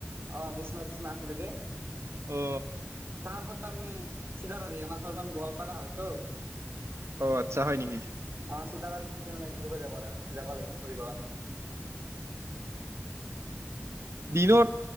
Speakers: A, on the right; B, on the right.
A: অহ ভীষ্ম বিষ্মা আছিলিলে যে।
B: অ
A: তাহাৰ ঘৰত তাৰমানে চিধাবাৰী আমাৰ ঘৰ মানে গোৱালপাৰা হয়তো।
B: অ আচ্ছা হয় নেকি?
A: অ চীতাবাাৰীখন কেনেকে ঘূৰি যাব লাগ যাব লাগিব পৰিে <unintelligible>
B: দিনত